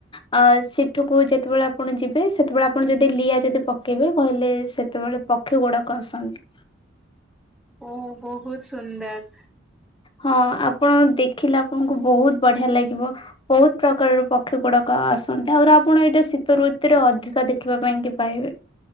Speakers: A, on the left; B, in the centre.
A: ଅ ସେଠୁକୁ ଯେତେବେଳେ ଆପଣ ଯିବେ ସେତେବେଳେ ଆପଣ ଯଦି ଲିଆ ଯଦି ପକେଇବେ କହିଲେ ସେତେବେଳେପ ପକ୍ଷୀ ଗୁଡ଼ାକ ଆସନ୍ତ।
B: ଓ ବହୁତ ସୁନ୍ଦର।
A: ହଁ ଆପଣ ଦେଖିଲେ ଆପଣଙ୍କୁ ବହୁତ ବଢିଆ ଲାଗିବ। ବହୁତ ପ୍ରକାରର ପକ୍ଷୀ ଗୁଡାକ ଆସନ୍ତି ଆହୁରି ଆପଣ ଏଇଟା ଶୀତ ଋତୁରେ ଅଧିକାଦେ ରଖିବା ପାଇଁ କି ପାଇବେ